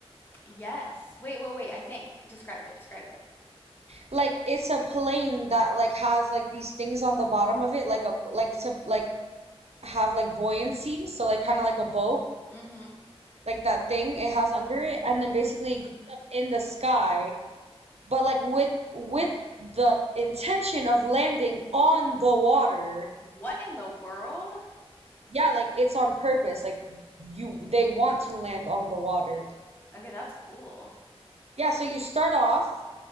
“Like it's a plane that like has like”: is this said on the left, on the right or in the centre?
Right